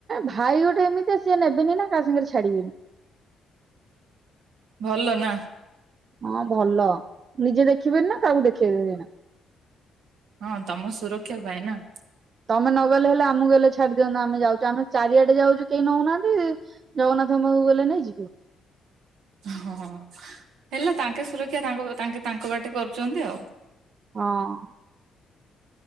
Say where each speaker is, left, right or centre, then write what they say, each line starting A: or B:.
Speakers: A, on the right (about 50°); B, on the right (about 85°).
A: ଭାଇ ଗୋଟେ ଏମିତି ଆ ସଏ ନେବେନି ନା କା ସାଙ୍ଗେ ଛାଡିବେନି।
B: ଭଲ ନା
A: ହଁ ଭଲ ନିଜେ ଦେଖିବେନି ନା କାହାକୁ ଦେଖେଇ ଦେବେଇନି ନା
B: ହଁ ତମ ସୁରକ୍ଷା ପାଇଁ ନା
A: ତମେ ନଗଲେ ହେଲେ ଆମକୁ ଗଲେ ଛାଡି ଦଅନ୍ତ ଆମ ଯଉଛୁ ଆମେ ଚାରିଆଡେ ଯାଉଛୁ କେହି ନଉନାହାନ୍ତି ଜଗନ୍ନାଥ ପାଖକୁ ଗଲେ ନାଇଁ ଯିବ
B: ହ ହେଲା ତାଙ୍କେ ସୁରକ୍ଷା ତାଙ୍କ ତାଙ୍କେ ତାଙ୍କ ବାଟେ କରୁଛନ୍ତି ଆଉ
A: ହଁ